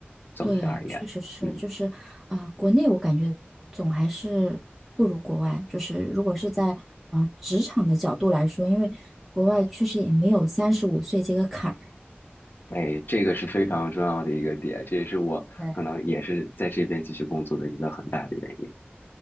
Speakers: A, on the left (about 55°); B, in the centre.
A: 总体而言，
B: 对，确实是，
A: 嗯。
B: 就是呃，国内我感觉总还是不如国外。就是如果是在呃职场的角度来说，因为国外确实也没有三十五岁这个坎儿。
A: 哎，这个是非常重要的一个点，这也是我可能也是在这边继续工作的一个很大的原因。
B: 对，